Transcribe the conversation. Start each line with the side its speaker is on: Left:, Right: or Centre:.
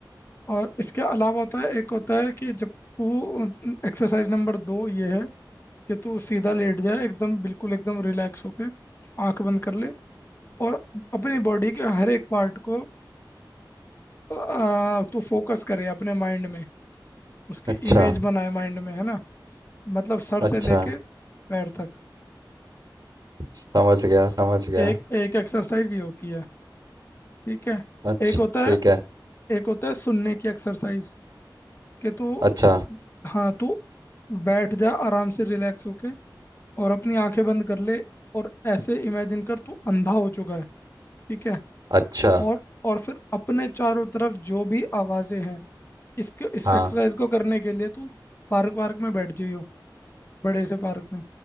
Left: और इसके अलावा होता है एक होता है कि जब तू एक्सरसाइज नंबर दो ये है कि तू सीधा लेट जाए एकदम बिल्कुल एकदम रिलैक्स होके आंख बंद कर ले और अपनी बॉडी के हर एक पार्ट को तो, आ, तू फोकस करे अपने माइंड में उसकी
Right: अच्छा
Left: इमेज बनाए माइंड में है ना मतलब सर
Right: अच्छा
Left: से लेके पैर तक
Right: समझ गया समझ गया
Left: एक एक एक्सरसाइज ये होती है ठीक है
Right: अच्छा
Left: एक होता
Right: ठीक
Left: है
Right: है
Left: एक होता है सुनने की एक्सरसाइज कि तू
Right: अच्छा
Left: हाँ तू बैठ जा आराम से रिलैक्स होके और अपनी आंखें बंद कर ले और ऐसे इमेजिन कर तू अंधा हो चुका है ठीक है
Right: अच्छा
Left: और और फिर अपने चारों तरफ जो भी आवाजें हैं इसके इस
Right: हाँ
Left: एक्सरसाइज को करने के लिए तू पार्क वार्क में बैठ जाइयो बड़े से पार्क में